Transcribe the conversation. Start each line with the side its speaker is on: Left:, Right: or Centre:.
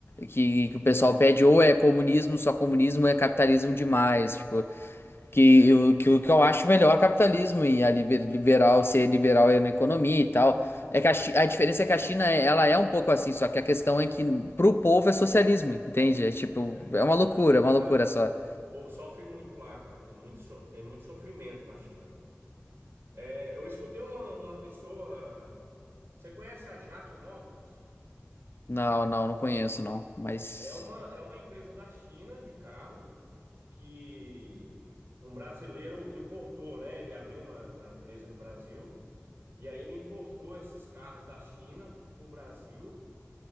Left: que, que o pessoal pede ou é comunismo, só comunismo é capitalismo demais. Tipo, que
Right: é,
Left: o que, o que eu acho melhor é capitalismo e a liber- liberal ser liberal é na economia e tal. É que a, Chi- a diferença é que a China é- ela é um pouco assim, só que a questão é que pro povo é socialismo, entende? É tipo,
Right: é,
Left: é uma loucura, é uma
Right: exato.
Left: loucura só.
Right: O povo sofre muito lá, cara. Tem muito, so- tem muito sofrimento na China. É, eu escutei uma, uma pessoa. Você conhece a Jack Motors?
Left: Não, não, não conheço não, mas
Right: É uma, é uma empresa da China de carro que um brasileiro importou, né? Ele abriu uma, uma empresa no Brasil e aí ele importou esses carros da China para o Brasil